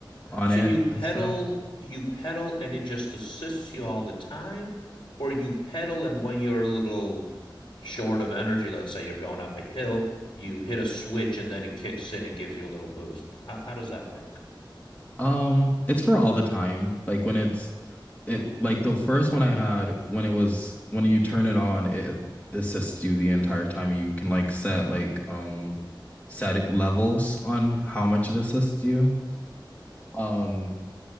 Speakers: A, on the left; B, on the left.
A: on
B: So
A: it
B: you pedal,
A: and stuff.
B: you pedal, and it just assists you all the time, or you pedal, and when you're a little short of energy, let's say you're going up a hill, you hit a switch, and then it kicks in and gives you a little boost. How how does that work?
A: Um, it's for all the time. Like when it's it like the first one I had when it was when you turn it on, it assists you the entire time. You can like set like um set it- levels on how much it assists you. Um